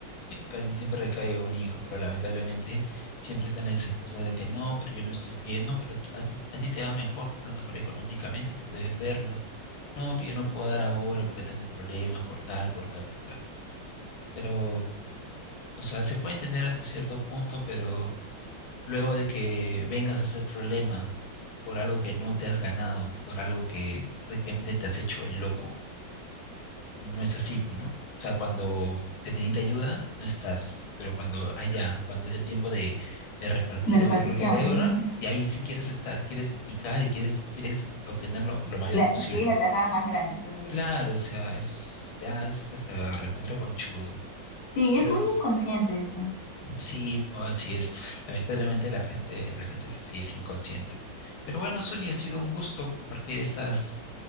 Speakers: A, on the left; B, on the left.
A: <laughs> casi siempre recae un hijo, pero lamentablemente siempre están las excusas de que no, pero yo no estoy bien, no, pero tú- a ti, a ti te va mejor, tú estás mejor económicamente, tú debes verlo. No, que yo no puedo dar ahora porque tengo problemas por tal, por tal, por tal. Pero, o sea, se puede entender hasta cierto punto, pero luego de que vengas a hacer problema por algo que no te has ganado, por algo que prácticamente te has hecho el loco, no es así, pues, ¿no? O sea, cuando te necesita ayuda, no estás, pero cuando allá, cuando es el tiempo de, de repartir
B: la repartición,
A: o ver lo que hay, ¿verdad?
B: ujú.
A: y ahí sí quieres estar, quieres picar y quieres, quieres obtener lo, lo mayor
B: Y la-
A: posible.
B: y que es la tajada más grande todavía.
A: Claro, o sea, es, ya es hasta recontra conchudo,
B: Sí,
A: pero
B: es muy inconsciente eso.
A: Sí, pues así es. Lamentablemente la gente, la gente es así, es inconsciente. Pero bueno, Zuli, ha sido un gusto compartir estas,